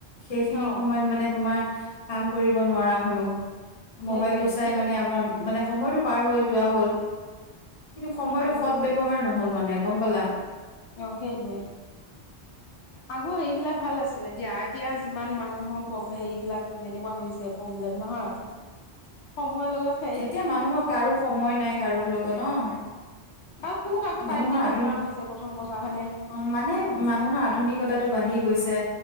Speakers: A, on the left; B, on the left.
A: সেইখিনি
B: অ অ
A: সময়ত মানে তোমাৰ কাম কৰিব নোৱাৰা হ'লো,
B: সেইটোৱে
A: মোবাইলটো চাই
B: এই
A: মানে আমাৰ মানে সময়টো পাৰ হৈ যোৱা হ'ল, কিন্তু সময়টো
B: আগত
A: সৎ ব্যৱহাৰ নহ'ল মানে গম পালা?
B: অ', সেইটোৱে। আগৰ সেইবিলাক ভাল আছিলে দিয়া, এতিয়া যিমান মানুহৰ প্ৰ, হেৰিবলাক যেনেকুৱা হৈছে, প্ৰব্লেম নহয়। সময় লগাত
A: এতিয়া মানুহৰ কাৰো সময় নাই, কাৰো লগত অ'।
B: আৰু কোনো কাকো
A: মানুহৰ
B: টাইম দিব
A: আধুনিক,
B: নোৱাৰা হৈছে প্ৰথম কথা হয়নে
A: অ', মানে মানুহৰ আধুনিক কটা টো বাঢ়ি গৈছে